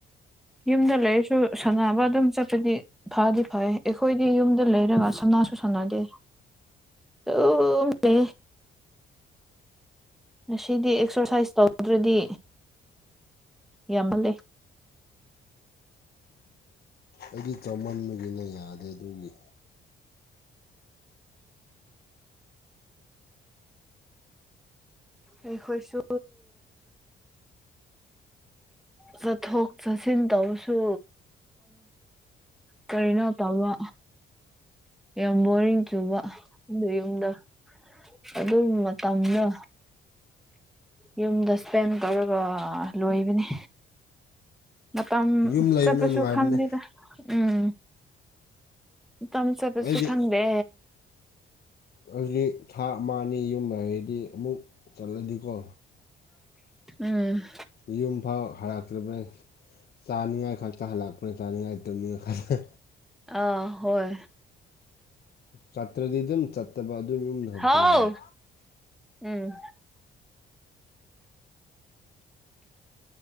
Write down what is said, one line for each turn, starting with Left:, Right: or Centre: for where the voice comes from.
Centre: ꯌꯨꯝꯗ ꯂꯩꯔꯁꯨ ꯁꯥꯟꯅꯕ ꯑꯗꯨꯝ ꯆꯠꯄꯗꯤ ꯐꯗꯤ ꯐꯩ ꯑꯩꯈꯣꯏꯗꯤ ꯌꯨꯝꯗ ꯂꯩꯔꯒ ꯁꯅꯥꯁꯨ ꯁꯥꯟꯅꯗꯦ ꯑꯣꯅꯦ ꯉꯁꯤꯗꯤ ꯑꯦꯛꯁꯔꯁꯥꯏꯁ ꯇꯧꯗ꯭ꯔꯗꯤ ꯌꯥꯝꯅ ꯂꯩ
Left: ꯑꯩꯗꯤ ꯆꯥꯎꯃꯟꯕꯒꯤꯅ ꯌꯥꯗꯦ ꯑꯗꯨꯒꯤ
Centre: ꯑꯩꯈꯣꯏꯁꯨ ꯆꯠꯊꯣꯛ ꯆꯠꯁꯤꯟ ꯇꯧꯁꯨ ꯀꯔꯤꯅꯣ ꯇꯕ ꯌꯥꯝ ꯕꯣꯔꯤꯡ ꯆꯨꯕ ꯑꯗꯨ ꯌꯨꯝꯗ ꯑꯗꯨꯝ ꯃꯇꯝꯅ ꯌꯨꯝꯗ ꯏꯁꯄꯦꯟ ꯇꯧꯔꯒ ꯂꯣꯏꯕꯅꯤ ꯃꯇꯝ
Left: ꯌꯨꯝ ꯂꯩꯕꯅ
Centre: ꯆꯠꯄꯁꯨ
Left: ꯅꯨꯡꯉꯥꯏꯕꯅꯦ
Centre: ꯈꯪꯗꯦꯗ ꯎꯝ ꯇꯝ ꯆꯕꯁꯨ
Left: ꯑꯩꯗꯤ
Centre: ꯈꯪꯗꯦ
Left: ꯑꯩꯗꯤ ꯊꯥ ꯑꯃꯅꯤ ꯌꯨꯝ ꯂꯩꯔꯗꯤ ꯑꯃꯨꯛ ꯆꯠꯂꯗꯤꯀꯣ
Centre: ꯎꯝ
Left: ꯌꯨꯝ ꯐꯥꯎ ꯍꯔꯛꯇ꯭ꯔꯕꯅꯤ ꯆꯥꯅꯤꯡꯉꯥꯏ ꯈꯛꯇ ꯍꯜꯂꯛꯄꯅ ꯆꯥꯅꯤꯡꯉꯥꯏ ꯇꯨꯝꯅꯤꯡꯉ ꯈꯜꯂ
Centre: ꯑꯥ ꯍꯣꯏ
Left: ꯆꯇ꯭ꯔꯗꯤ ꯑꯗꯨꯝ ꯆꯠꯇꯕ ꯑꯗꯨꯏ ꯌꯨꯝꯗꯨ ꯈꯛꯇ
Centre: ꯍꯥꯎ
Left: ꯂꯩꯕ
Centre: ꯎꯝ